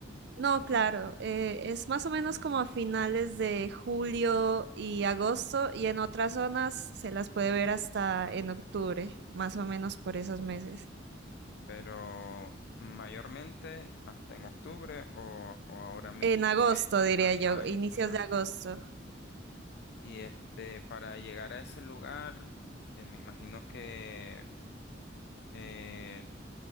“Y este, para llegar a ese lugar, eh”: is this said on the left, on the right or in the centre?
Left